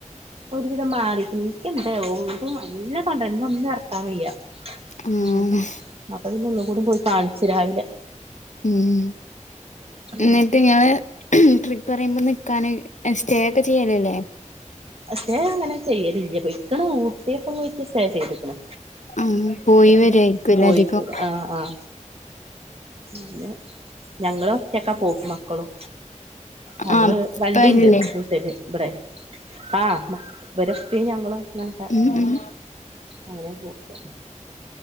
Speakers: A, on the right; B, on the left.
A: ഒരുവിധം മാറിക്കണ് എനിക്കെന്തേവൊ ഇപ്പ നല്ല തൊണ്ട ഇന്ന് ഒന്നും എറ്ക്കാൻ വയ്യ
B: ആഹ്
A: അങ്ങനെ അപ്പൊ പിന്നെ ഒന്നും കൂടി പോയി കാണിച്ചു രാവിലെ.
B: ഉം
A: ഉം
B: എന്നിട്ട് ഞാൻ ട്രിപ്പ് പറയുമ്പോ നിക്കാന് സ്റ്റേ ഒക്കെ ചെയ്യലല്ലേ.
A: സ്‌റ്റേ അങ്ങനെ ചെയ്യലില്ല. പൊയ്ക്കണ് ഊ ട്ടിയൊക്കെ പോയപ്പോ സ്‌റ്റേ ചെയ്തക്കണ്.
B: ആഹ് പോയി
A: ഇവിടന്ന്
B: വരായിരിക്കുംല്ലേ
A: കോയിക്കോട്
B: അധികം
A: ആഹ് ആഹ്. അങ്ങനെ ഞങ്ങള് ഒറ്റക്കാ പോക്ക് മക്കളും. ഞങ്ങള്
B: ആഹ് ഇപ്പല്ലേ
A: വണ്ടീണ്ട് വീട്ടല് ഇപടെ. ആഹ് ഇപരെ ഉപ്പിം ഞങ്ങള് ഇങ്ങനൊക്കെ.
B: ഉം
A: ഞങ്ങളും
B: ഉം
A: അങ്ങനെ പോക്ക്.